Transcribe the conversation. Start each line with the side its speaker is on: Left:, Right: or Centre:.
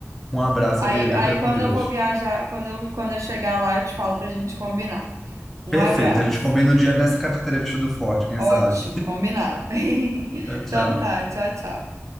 Centre: Um abraço,
Right: Aí,
Centre: amiga.
Right: aí
Centre: Fica com
Right: quando
Centre: Deus.
Right: eu for viajar, quando eu, quando eu chegar lá, eu te falo pra gente combinar. Um
Centre: Perfeito.
Right: abraço.
Centre: A gente combina o dia nessa cafeteria Vestido Forte, quem sabe?
Right: Ótimo, combinado. <laughs>
Centre: <laughs> Tchau, tchau.
Right: Então tá, tchau, tchau.